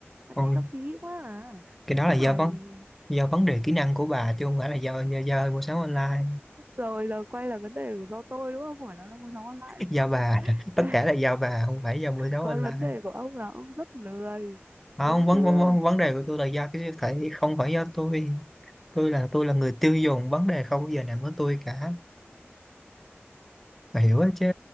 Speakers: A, on the right; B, in the centre.
A: Mà
B: Ôi,
A: thấy nó phí quá à
B: cái đó
A: thế
B: là do
A: thà
B: vấn
A: thì mình-
B: do vấn đề kỹ năng của bà chứ không phải là do do, do mua sắm online
A: rồi là quay lại vấn đề của do tôi đúng không phải là nó mua sắm online đúng
B: do
A: không
B: bà <laughs> tất
A: Thế
B: cả là do bà không phải do buổi đấu
A: Còn
B: online
A: vấn đề của ông là ông rất lười,
B: không
A: đúng
B: vấn
A: chưa?
B: vấn vấn vấn đề của tôi là do cái siêu thị không phải do tôi tôi là tôi là người tiêu dùng vấn đề không bao giờ nằm ở tôi cả bà hiểu đó chứ